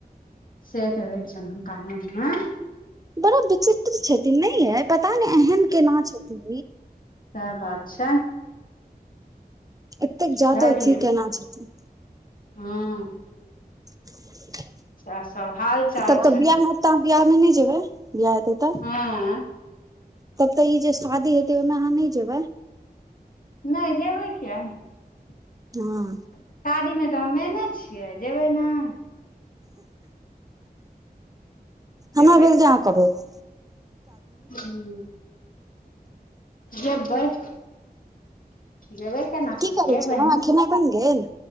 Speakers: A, on the left; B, on the right.
A: से तऽ होइ छैन हुनका मोन मे
B: बड़ा विचित्र छथिन नय ये पता नइ एहन केना छथिन
A: सैह बात छै
B: एतेक
A: बुझलियै
B: जादा अथि केना छथि
A: हँ
B: <inaudible>
A: सैह सब हाल चाल
B: तब
A: छलै
B: तऽ अछि बियह मे नय जेबै बिआह हेतै तऽ
A: हँ
B: तब तऽ ई जे शादी हेतै ओहिमे अहाँ नय जेबै
A: नय जेबै किया नय
B: हँ
A: शादीमे तऽ हम मेने छियै जेबै नइ से
B: हम भेलर ज करब
A: हु जबर जेबै केना
B: की
A: क नय
B: करै छलहुँ
A: बहिन
B: अहाँ खेनाइ बनि गेल